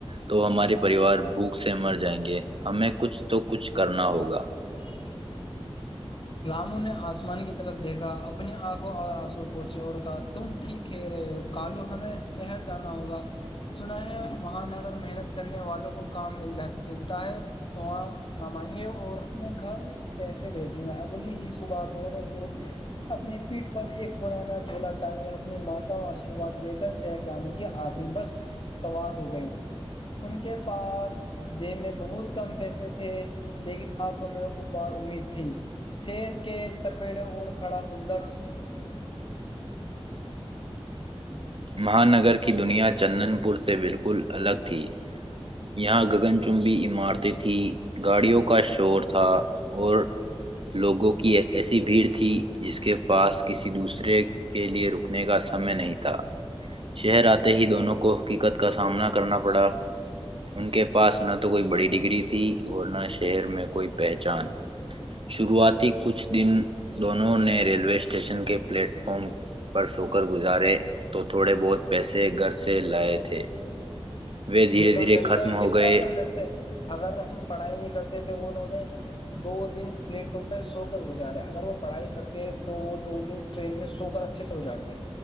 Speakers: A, on the right (about 60°); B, on the left (about 55°).
A: تو ہمارے پریوار بھوک سے مر جائیں گے ہمیں کچھ تو کچھ کرنا ہوگا
B: ج <unintelligible> رامو نے آسمان کی طرف دیکھا اپنی آنکھوں اور آنسو پہنچے اور کہا تم ٹھیک کہ رہے ہو کالو ہمیں شہر جانا ہوگا سنا ہے مہانگر محنت کرنے والوں کو کام مل ج ملتا ہے تو وہاں کام آئیں گے اور اپنے گھر پیسے بھیجیں گے اگلی ہی صبح دونوں دوست اپنی پیٹھ پر ایک پرانا دولا ٹانگے اپنی مات آشرواد لے کر شہر جانے کے آخری بس سوار ہو گئے ان کے پاس جیب میں بہت کم پیسے تھے لیکن <unintelligible> آنکھوں میں اپار امید تھی شیر کے تپیڑے اور کھڑا سدرش
A: مہانگر کی دنیا چندن پور سے بالکل کل الگ تھی یہاں گگن چمبی عمارتیں تھیں گاڑیوں کا ش چور تھا اور لوگوں کی ایک ایسی بھیڑ ھی جس کے پاس کسی دوسرے کے لیے رکنے کا سمے نہیں تھا شہر آتے ہی دونوں کو حقیقت کا سامنا کرنا پڑا ان کے پاس نہ تو کوئی بڑی ڈگری تھی اور نہ شہر میں کوئی پہچان شروعاتی کچھ دن دونوں نے ریلوے اسٹیشن کے پلیٹ فارم پر سو کر گزارے تو تھوڑے بہت پیسے گھر سے لائے تھے وہ دھیرے
B: دیکھا
A: دھیرے ختم ہو
B: کتنا
A: گئے
B: سندرش ہے اگر ہم پڑھائی نہیں کرتے تو انہوں نے دو دن پلیٹ فارم پہ سو کر گزارا اگر وہ پڑھائی کرتے تو وہ دو دن ٹرین میں سو کر اچھے سے ازارتے